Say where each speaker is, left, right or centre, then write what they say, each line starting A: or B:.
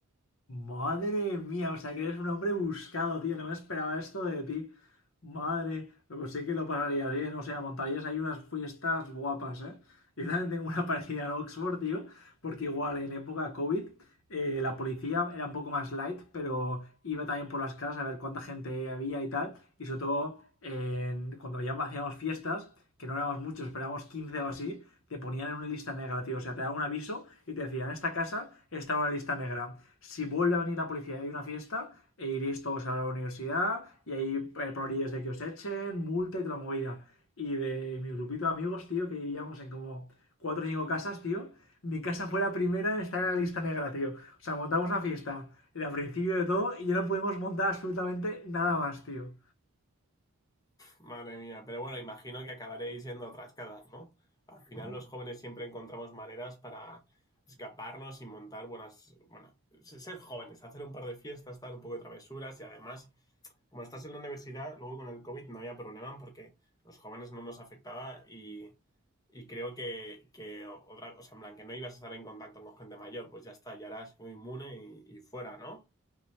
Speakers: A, on the left (about 60°); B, on the left (about 15°).
A: Madre mía, o sea que eres un hombre buscado, tío. No me esperaba esto de ti. Madre, pues sí que lo pasarías bien, o sea, montarías ahí unas fiestas guapas, ¿eh? Yo también tengo una parecida en Oxford, tío, porque igual en época COVID eh, la policía era un poco más light, pero iba también por las casas a ver cuánta gente había y tal. Y sobre todo, en- cuando habíamos- hacíamos fiestas, que no éramos muchos, pero éramos 15 o así, te ponían en una lista negra, tío. O sea, te daban un aviso y te decían, en esta casa está en una lista negra. Si vuelve a venir la policía y hay una fiesta, e iréis todos a la universidad y hay eh, probabilidades de que os echen, multa y toda la movida. Y de mi grupito de amigos, tío, que vivíamos en como cuatro o cinco casas, tío, mi casa fue la primera en estar en la lista negra, tío. O sea, montamos una fiesta, era principio de todo, y ya no pudimos montar absolutamente nada más, tío.
B: Madre mía, pero bueno, imagino que acabaréis yendo a otras casas, ¿no? Al final los jóvenes siempre encontramos maneras para escaparnos y montar buenas, bueno, se- ser jóvenes, hacer un par de fiestas, tal, un poco de travesuras y además, como estás en la universidad, luego con el COVID no había problema porque los jóvenes no nos afectaba y, y creo que, que otra, o sea, en plan, que no ibas a estar en contacto con gente mayor, pues ya está, ya eras muy inmune y, y fuera, ¿no?